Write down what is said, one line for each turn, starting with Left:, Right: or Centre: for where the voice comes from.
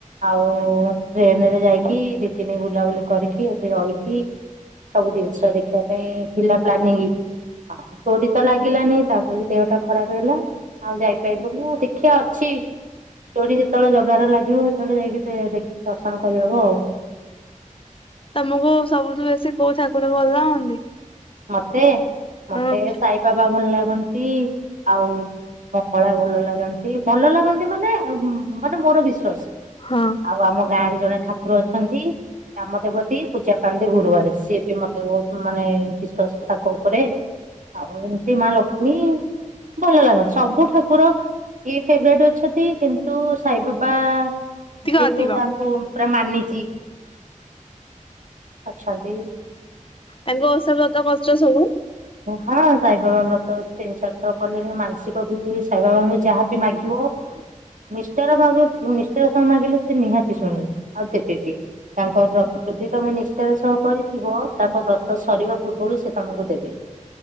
Right: ଆଉ ଟ୍ରେନରେ ଯାଇକି ଦି ତିନି ବୁଲାବୁଲି କରିକି ସେଠି ରହିକି ସବୁ ଜିନିଷ ଦେଖିବା ପାଇଁ ଥିଲା ପ୍ଲାନିଂ ଆଉ ତୋରି ତ ଲାଗ ଲାନି ତାପରେ ଦେହଟା ଖରାପ ହେଲା ଆଉ ଯାଇପାଇଲୁନି ଦେଖିଆ ଅଛି ଚୋଡି ଯେତେବେଳେ ଜଗାରେ ଲାଗିବ ହେତେବେଳେ ଯାଇକି ଦେ ଦେଖି ଦର୍ଶନ କରିହବ ଆଉ।
Left: ତମକୁ ସବୁଠୁ ବେଶୀ କୋଉ ଠାକୁର ଭଲ ଲାଗନ୍ତି।
Right: ମତେ ମତେ
Left: ହଁ
Right: ସାଇବାବା ଭଲ ଲାଗନ୍ତି ଆଉ ମଙ୍ଗଳା ଭଲ ଲାଗନ୍ତି ଭଲ ଲାଗନ୍ତି ମାନେ ମାନେ ମୋର ବିଶ୍ଵାସ।
Left: ହଁ।
Right: ଆଉ ଆମ ଗାଁରେ ଜଣେ ଠାକୁର ଅଛନ୍ତି। ଗ୍ରାମ ଦେବତୀ ପୂଜା ପାଆନ୍ତି ଗୁରୁବାରେ ସିଏ ବି ମତେ ବହୁତ ମାନେ ବିଶ୍ଵାସ ତ ତାଙ୍କ ଉପରେ ଆଉ ଏମିତି ମା ଲକ୍ଷ୍ମୀ ଭଲ ଲାଗନ୍ତିଟ ସବୁ ଠାକୁର ଇଏ ଫେବରେଟ୍ ଅଛନ୍ତି କିନ୍ତୁ ସାଇବାବା
Left: ଟିକେ
Right: ଯେହେତୁ
Left: ଅଧିକ।
Right: ତାଙ୍କୁ ପୁରା ମାନିଚି ଅଛନ୍ତି
Left: ତାଙ୍କ ଓଷା ବ୍ରତ କରୁଚ ସବୁ
Right: ହଁ ସାଇ ବାବା ବ୍ରତ ଅ ତିନି ଚାରଥର କଲିଣି ମାନ ସିକ ବି ସାଇବାବାଙ୍କୁ ଯାହାବି ମାଗିବ ନିଷ୍ଠାର ଭାବେ ନିଷ୍ଠାର ସହ ମାଗିଲେ ସେ ନିହାତି ଶୁଣିବେ ଆଉ ଦେବେ ବି। ତାଙ୍କ ବ୍ରତ ଯୃଦି ତମେ ନିଷ୍ଠାର ସହ କରିଥିବ ତାଙ୍କ ବ୍ରତ ସରିବା ପୂର୍ବରୁ ସେ ତମକୁ ଦେବେ।